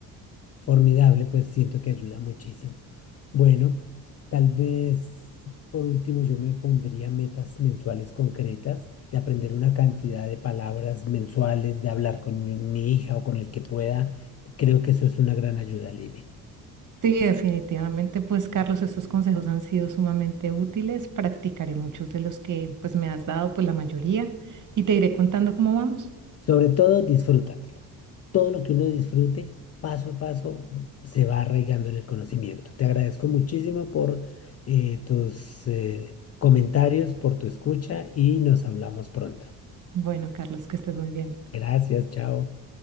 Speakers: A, on the left (about 35°); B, on the right (about 40°).
A: formidable, pues siento que ayuda muchísimo. Bueno, tal vez por último yo me pondría metas mensuales concretas de aprender una cantidad de palabras mensuales, de hablar con mi, mi hija o con el que pueda. Creo que eso es una gran ayuda, Lili.
B: Sí, definitivamente, pues Carlos, estos consejos han sido sumamente útiles. Practicaré muchos de los que pues me has dado, pues la mayoría, y te iré contando cómo vamos.
A: Sobre todo, disfrútatelo. Todo lo que uno disfrute, paso a paso, se va arraigando en el conocimiento. Te agradezco muchísimo por eh, tus eh, comentarios, por tu escucha y nos hablamos pronto.
B: Bueno, Carlos, que estés muy bien.
A: Gracias, chao.